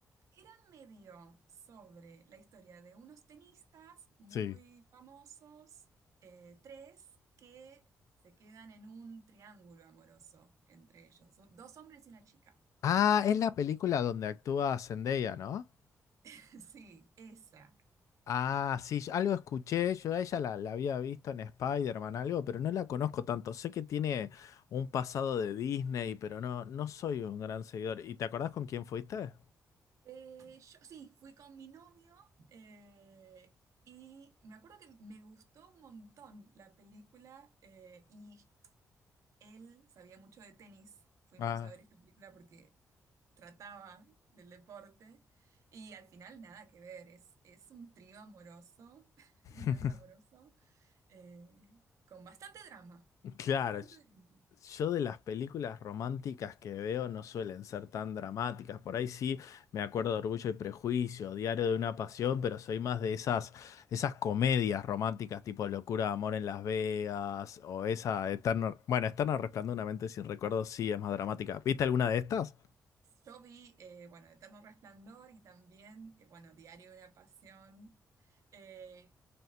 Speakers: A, on the right; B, on the left.
A: era medio sobre la historia de unos tenistas muy
B: Sí.
A: famosos, eh, tres, que se quedan en un triángulo amoroso entre ellos. Son dos hombres y una chica.
B: Ah, es la película donde actúa Zendaya, ¿no?
A: <laughs> Sí, esa.
B: Ah, sí, yo- algo escuché. Yo a ella la, la había visto en Spider-Man, algo, pero no la conozco tanto. Sé que tiene un pasado de Disney, pero no, no soy un gran seguidor. ¿Y te acordás con quién fuiste?
A: Eh, yo sí, fui con mi novio eh, y me acuerdo que me gustó un montón la película eh, y él sabía mucho de tenis. Fuimos
B: Ah.
A: a ver esta película porque trataba del deporte y al final nada que ver, es, es un trío amoroso, <laughs> un triángulo
B: <laughs>
A: amoroso eh, con bastante drama,
B: Claro,
A: bastante
B: yo
A: drama.
B: yo de las películas románticas que veo no suelen ser tan dramáticas. Por ahí sí me acuerdo de Orgullo y Prejuicio, Diario de una Pasión, pero soy más de esas, esas comedias románticas tipo Locura de Amor en Las Vegas o esa Eterno... Bueno, Eterno Resplandor de una mente sin recuerdos sí es más dramática.
A: Ah,
B: ¿Viste alguna de estas?
A: Yo vi, eh, bueno, Eterno Resplandor y también, eh, bueno, Diario de una Pasión. Eh,